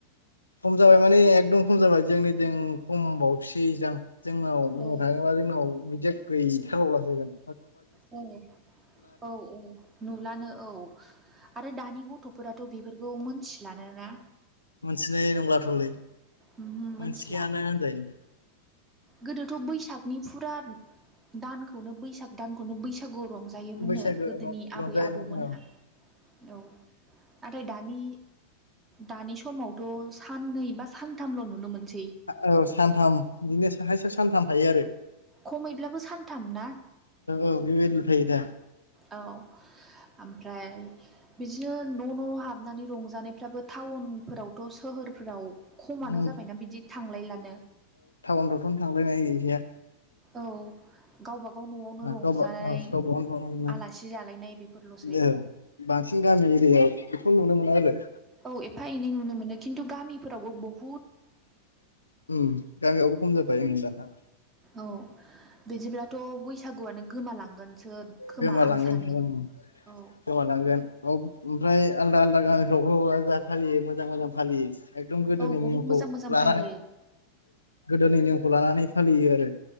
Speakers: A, on the left (about 80°); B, on the right (about 20°).
A: खम जाबाय माने एकदम खम जाबाय जोंनि थि खम बाव सैदां जोंनाव बुंनो
B: औ
A: थाङोबा जोंनाव बिदिया गैथारबावलासोगोन।
B: औ औ औ नुलानो औ। आरो दानि गथ'फोराथ बेफोरखौ मोनथिलानो ना?
A: मोनथिनाय नंलाथ'लै
B: ओमहो
A: मोनथियानो
B: मोनथिला
A: होनजायो।
B: गोदोथ बैसागनि फुरा दानखौनो बैसाग दानखौनो बैसागु रंजायोमोननो
A: बैसागो
B: गोदोनि आबै
A: रंजायोमोन
B: आबौमोनहा।
A: औ
B: औ आरो दानि दानि समावथ साननै बा सानथामल नुनो मोनसै।
A: औ सानथाम बिदिनो साहायसे सानथाम थायो आरो। औ
B: खमैब्लाबो सानथाम ना
A: औ बेबायदिनो थायो दा।
B: औ आमफ्राय बिदिनो न' न' हाबनानै रंजानायफ्राबो टाउनफोरावथ सोहोरफोराव खमानो
A: उम
B: जाबायना बिदि थांलायलानो।
A: फोरावथन थांलायनाय गैखाया।
B: औ गावबागाव न'आवनो रंजानाय
A: गावबा औ गावबा गाव न'आवनो
B: आलासि जालायनाय बेफोरल'सै।
A: औ बांसिन गामि एरियायाव बेखौ नुनो मोनो आरो।
B: औ एफा एनै नुनो मोनो खिन्थु गामिफोरावबो बहुत
A: उम गामियावबो खम जाबाय उम दाना।
B: औ बिदिब्लाथ बैसागुआनो गोमालांगोनसो खोमा
A: गोमालांगोन
B: आं सानो
A: उम
B: औ।
A: गोमालांगोन औ ओमफ्राय आलदा आलदा गामिफ्रावबो जा फालियो मोजां मोजां फालियो। एकदम गोदोनि
B: औ बहुद
A: निमखौ
B: मोजां मोजां
A: लानानै
B: फालियो
A: गोदोनि निमखौ लानानै फालियो आरो।